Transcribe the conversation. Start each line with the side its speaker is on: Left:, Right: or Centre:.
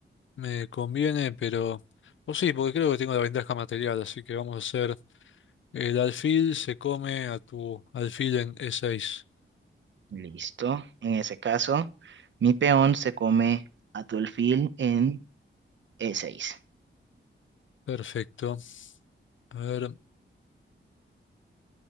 Left: me conviene, pero... O sí, porque creo que tengo la ventaja material, así que vamos a hacer... El alfil se come a tu alfil en E6.
Right: Listo. En ese caso, mi peón se come a tu alfil en E6.
Left: Perfecto. A ver...